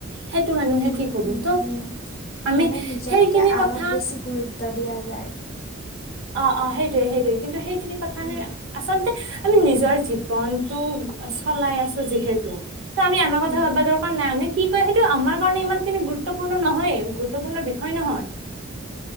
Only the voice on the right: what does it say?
সেইটো মানুহে
কি কব
ত
আমি
সেইখিনি
কথা
অ' অ' সেইটোয়ে সেইটোৱে, কিন্তু সেইখিনি কথা আমি
আচলতে আমি নিজৰ জীৱনটো চলাই আছো যিহেতু। ত' আমি আনৰ কথা
ভাবা দৰকাৰ নাই, আনে কি কয় সেইটো আমাৰ কাৰণে ইমান খিনি গুৰুত্বপূৰ্ণ নহয়েই। গুৰুত্বপূৰ্ণ বিষয় নহয়।